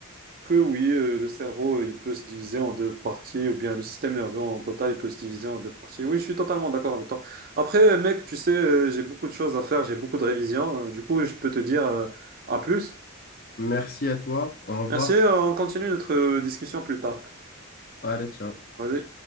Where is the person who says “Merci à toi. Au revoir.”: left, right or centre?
Left